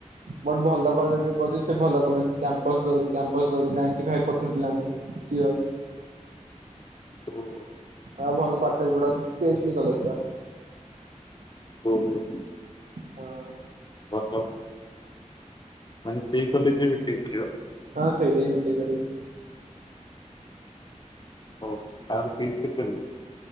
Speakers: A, on the right; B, on the left.
A: ବଟ୍ ଭଲ କଲେଜ ପରି ସେ ଭଲ କଲେଜ କ୍ୟାମ୍ପସ ଦଉଛି କ୍ୟାମ୍ପ। <unintelligible>
B: <unintelligible>
A: ଆଉ ଭଲ ପାଠ ବି ପଢାଉଚି ଷ୍ଟେଟିଲି କଲେଜ ଟା।
B: ହୁଁ ହୁଁ।
A: ହଁ।
B: ଅ ହ ମାନେ ସେଇ କଲେଯେରେ ବିଟେକେ କରିବ।
A: ହଁ ସେଇଠିହିଁ ବିଟେକ କରିବି।
B: ହଉ ତାର ଫିସ୍ କେତେ ରହୁଛି?